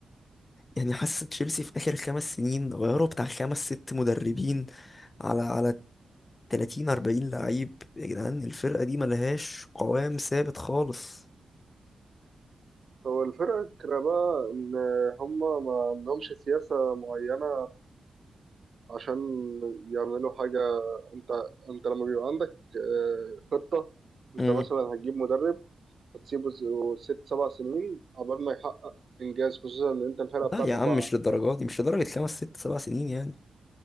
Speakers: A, on the left; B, on the right.
A: يعني حاسة تشيلسي في آخر خمس سنين غيروا بتاع خمس ست مدربين على على 30 40 لعيب يا جدعان الفرقة دي ملهاش قوام ثابت خالص
B: هو الفرقة بقى إن هما ما عندهمش سياسة معينة عشان يعملوا حاجة انت انت لما بيبقى عندك آه، خطة انت
A: مم.
B: مثلا هتجيب مدرب هتسيبه ز- ست سبع سنين عقبال ما يحقق انجاز خصوصا ان انت الفرقة بتاعتك
A: لا يا عم
B: واقعة
A: مش للدرجة دي مش لدرجة خمس ست سبع سنين يعني